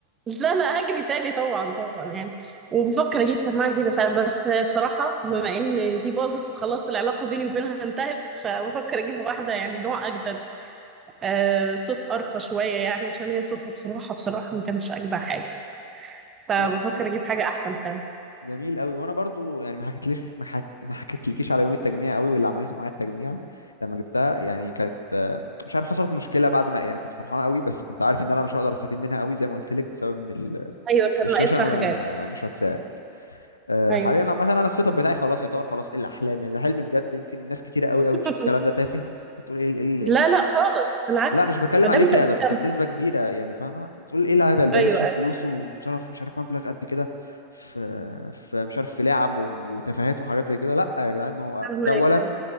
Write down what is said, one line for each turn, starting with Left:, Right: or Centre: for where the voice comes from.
Right: لا لا هجري تاني طبعا طبعا يعني وبفكر اجيب سماعه جديده فعلا بس بصراحه بما ان دي باظت وخلاص العلاقه بيني وبينها انتهت فبفكر اجيب واحده يعني نوع اجدد آه صوت ارقى شويه يعني عشان هي صوتها بصراحه بصراحه ما كانش اجدع حاجه فبفكر
Left: لا
Right: اجيب حاجه احسن فعلا
Left: جميل أوي وأنا برضو يعني ما حكيتليش ما حك... ما حكيتلكيش على يوم التجميع أوي واللي عملته معايا التجميع لما جبتها يعني كانت آه، مش عارف حصلت مشكلة بعد ما يعني كنت فرحان أوي بس كنت عارف إن أنا مش هقدر أستفيد منها أوي زي ما قلت لك بسبب إن ال...
Right: ايوه كان
Left: الشاشه
Right: ناقصها
Left: ما-
Right: حاجات
Left: مش هتساعد آه،
Right: ايوه
Left: حاليا عامه انا السيت اب بتاعي خلاص يعتبر خلاص ايه الاحلام يعني ده حلم بجد يمكن ناس كتيره قوي قوي
Right: <laughs>
Left: تشوف الكلام ده تافه بتقول ايه ال- ايه
Right: لا
Left: ال-
Right: لا خالص بالعكس
Left: لا مش بتكلم
Right: ما دام
Left: عليك
Right: انت
Left: يا
Right: مهتم
Left: بس بنسبه كبيره يعني فاهمه بتقول ايه الهبل ده
Right: ايوه
Left: بيصرف
Right: ايوه
Left: فلوسه وصرف مش عارف مبلغ قد كده في في مش عارف في لعب و- وتفاهات وحاجات زي كده لا يا جدعان ما هو
Right: فهمك
Left: ده اولا
Right: ايوه